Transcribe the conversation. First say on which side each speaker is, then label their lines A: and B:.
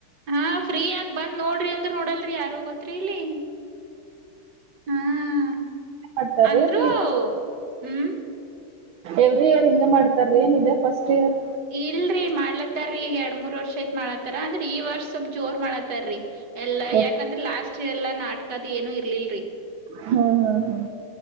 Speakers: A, on the right; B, on the right.
A: ಹಾ ಫ್ರೀ ಆಗ ಬಂದ್ ನೋಡ್ರಿ ಅಂದ್ರ ನೋಡಲ್ರಿ ಯಾರು ಗೊತ್ರಿಇಲ್ಲಿ ಹ್ಮ್
B: ಮಾಡ್ತಾರೇನ್
A: ಅಂದ್ರರು ಹ್ಮ್
B: ಎವ್ರಿ ಇಯರ್ ಹಿಂಗ ಮಾಡ್ತಾರ ಏನ್ ಇದೆ ಫಸ್ಟ್ ಇಯರ್
A: ಇಲ್ರರಿ ಮಾಡ್ಲತ್ತಾರೀ ಈಗ ಎರಡ್ ಮೂರ್ ವರ್ಷ ಐತ್ ಮಾಡ್ಲತ್ತಾರ ಅಂದ್ರ ಈ ವರ್ಷ ಸವಪ್ ಜೋರ್ ಮಾಡತ್ತಾರೀ ಎಲ್ಲಾ
B: ಹಾ
A: ಯಾಕಂದ್ರೆ ಲಾಸ್ಟ್ ಎಲ್ಲಾ ನಾಟಕದ ಏನು ಇರ್ಲಿಲ್ರರಿ
B: ಹಾಂ ಹಾ ಹಾ